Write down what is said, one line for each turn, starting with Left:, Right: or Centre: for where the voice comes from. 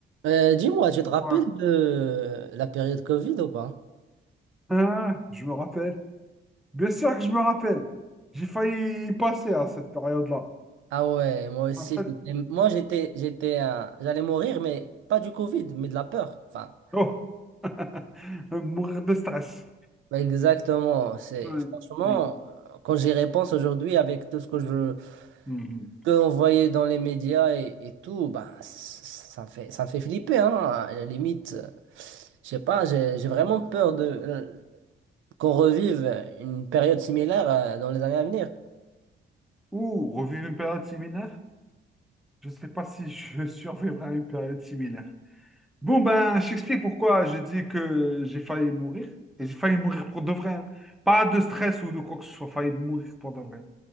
Right: Euh, dis-moi, tu te rappelles
Centre: Ouais.
Right: de la période Covid ou pas?
Centre: Hein, je me rappelle. Bien sûr que je me rappelle. J'ai failli y passer à cette période-là.
Right: Ah ouais, moi aussi,
Centre: En fait,
Right: j'étais- moi j'étais, j'étais, un- j'allais mourir, mais pas du Covid, mais de la peur. Enfin,
Centre: oh. <laughs> Mourir de stress.
Right: ouais, exactement. C'est
Centre: Ouais.
Right: franchement,
Centre: Mm.
Right: quand j'y repense aujourd'hui, avec tout ce que je
Centre: Mhm.
Right: peux envoyer dans les médias et, et tout, bah, c- ça me fait, ça me fait flipper, hein. À la limite, euh, je sais pas, j'ai, j'ai vraiment peur de euh, qu'on revive une période similaire euh, dans les années à venir.
Centre: Ou revivre une période similaire. Je ne sais pas si je <laughs> survivrai à une période similaire. Bon, ben, je t'explique pourquoi je dis que j'ai failli mourir. Et j'ai failli mourir pour de vrai. hein. Pas de stress ou de quoi que ce soit, failli mourir pour de vrai.